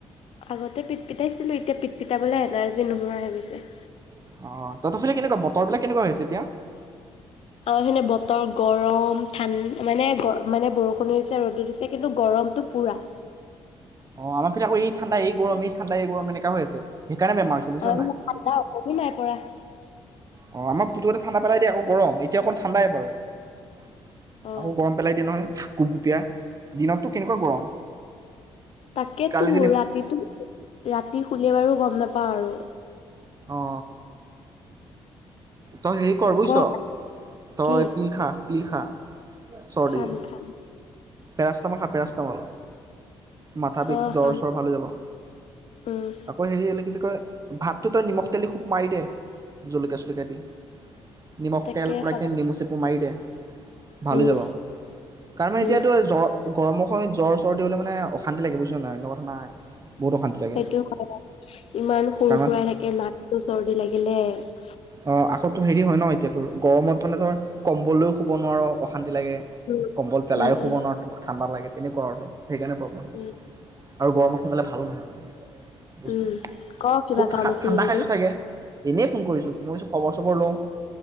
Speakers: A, on the left; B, on the right.
A: আগতে পিট পিটাইছিলো এতিয়া পিট পিটাবলে এনাৰ্জি নোহোৱা হৈ গৈছে
B: অ' তহঁতৰ ফালে কেনেকুৱা বতৰবিলাক কেনেকুৱা হৈছে এতিয়া
A: আহ হেনে বতৰ গৰম ঠাণ্ডা মানে মানে বৰষুণ হৈছে ৰ'দত হৈছে কিন্তু গৰমতটো পুৰা
B: অ আমাৰ পিনে আকৌ এই ঠাণ্ডা এই গৰম এই ঠাণ্ডা এই গৰম এনেকা হৈ আছে সেইকাৰণে
A: <unintelligible>
B: বেমাৰ হৈছে বুজিছ নাই অ আমাৰ পুতুৱাতে ঠাণ্ডা পেলাই দিয়ে আকৌ গৰম এতিয়া অকণ ঠাণ্ডাই বাৰু। আকৌ
A: অ
B: গৰম পেলাই দিয়ে নহয়। গুপগুপীয়া দিনতটো কেনেকুৱা গৰম
A: তাকেতো
B: কালি যেনি
A: ৰাতিতটো ৰাতি খুলে বাৰু গম নেপায় বাৰু
B: অ তই হেৰি কৰ বুজিছ
A: কওক
B: তই
A: কি
B: পিলখা পিলখা। চৰ্দি
A: খাম খাম
B: পেৰাষ্টামল খা পেৰাষ্টামল। মাথা বিষ
A: অ
B: জ্বৰ
A: খাম
B: চ্বৰ ভালে যাব
A: উম
B: আকৌ হেৰি কি বুলি কয় ভাতটো তই নিমখ তেলি খুব মাৰি দে জলকীয়া চলকীয়া দি। নিমখ,
A: তাকে
B: তেল, পোৰা
A: খাব
B: নেমু চেপু মাৰি দে। ভাল
A: উম
B: হৈ যাব কাৰ নো এতিয়াতো
A: উম
B: জৰ গৰমক জ্বৰ চৰ্দি দিলে মানে অশান্তি লাগে বুজিছ নাই লগৰখন নাই। বহুত অশান্তি লাগে
A: সেইটো হয় বাও ইমান সুৰ
B: কাৰণ
A: সুৰাই থাকে নাকটো চৰ্দি লাগিলে দিলে
B: অ আখ হেৰি হয় ন এতিয়াতো গৰমত মানে ধৰ কম্বলেও শুব নোৱাৰো অশান্তি লাগে
A: উম
B: কম্বল পেলায়ো
A: উম
B: শুব
A: উম
B: নোৱাৰোঁ তোক ঠাণ্ডা লাগে তেনেকুৱা অৰ্থ সেইকাৰণে প্ৰব্লেম হয়
A: উম
B: আৰু গৰমত সোনকালে ভালো নহয় মানে বস্তুবোৰ
A: উম ক কিবা
B: খুব
A: কাম আছিল
B: ঠাণ্ডা
A: যদি
B: খাইছ চাগে, এনেই ফোন কৰিছোঁ। খবৰ চবৰ লওঁ